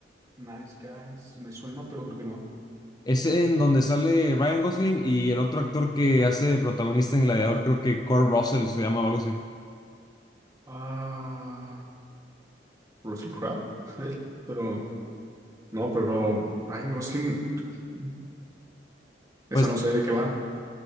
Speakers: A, on the right (about 20°); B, on the left (about 25°).
A: Nice Guys, me suena, pero creo que no.
B: Es en donde sale Ryan Gosling y el otro actor que hace de protagonista en Gladiador, creo que Kurt Russell se llama o algo así.
A: Ah, Russell Crowe, <laughs> él, pero no, pero Ryan Gosling, mm, esa
B: Pues
A: no sé de qué va.